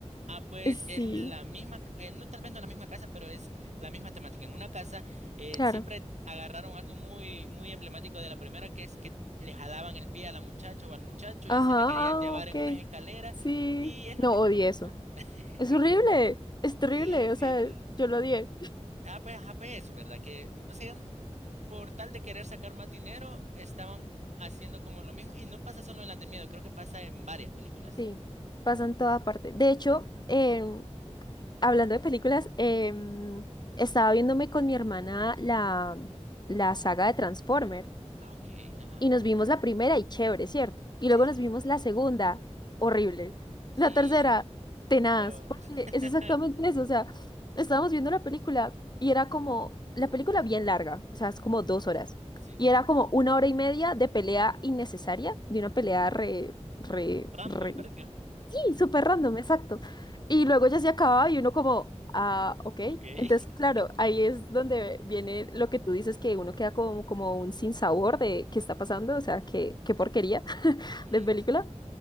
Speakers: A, on the right; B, on the left.
A: Ah, pues
B: eh, sí,
A: es la misma, eh, no tal vez no la misma casa, pero es la misma temática. En una casa eh,
B: claro.
A: siempre agarraron algo muy, muy emblemático de la primera, que es que le jalaban el pie a la muchacha o al muchacho
B: Ajá,
A: y se la querían
B: ah,
A: llevar
B: ok.
A: en unas escaleras
B: Sí.
A: y es lo
B: No,
A: que
B: odié
A: no me gusta.
B: eso.
A: <laughs>
B: Es horrible, es terrible,
A: Sí, sí.
B: o sea,
A: entonces-
B: yo lo odié.
A: Ah, pues, ah, pues eso, ¿verdad? Que, o sea, por tal de querer sacar más dinero, estaban haciendo como lo mismo. Y no pasa solo en las de miedo, creo que pasa en varias películas.
B: Sí, pasa en toda parte. De hecho, em, hablando de películas, em, estaba viéndome con mi hermana la, la saga de Transformer.
A: Ah, ok, ajá.
B: Y nos vimos la primera y chévere, ¿cierto? Y
A: Sí,
B: luego
A: sí.
B: nos vimos la segunda, horrible.
A: Sí,
B: La tercera, tenaz,
A: peor.
B: porque
A: <laughs>
B: es exactamente eso. O sea, estábamos viendo la película y era como, la película bien larga, o sea, es como dos horas.
A: Sí, sí.
B: Y era como una hora y media de pelea innecesaria, de una pelea re, re,
A: Random
B: re.
A: prácticamente.
B: Y súper random, exacto. Y luego ya se acababa y uno como, ah, ok.
A: Ok. <laughs>
B: Entonces, claro, ahí es donde viene lo que tú dices, que uno queda como, como un sinsabor de qué está pasando, o sea, qué, qué porquería <laughs>
A: Sí,
B: de película.
A: sí.